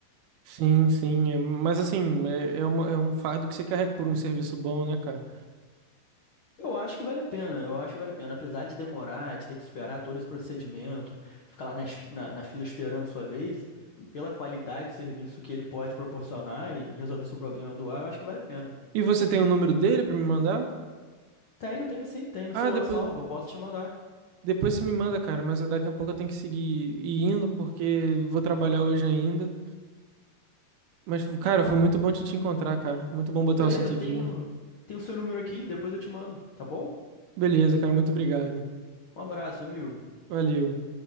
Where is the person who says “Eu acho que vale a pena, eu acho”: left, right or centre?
Left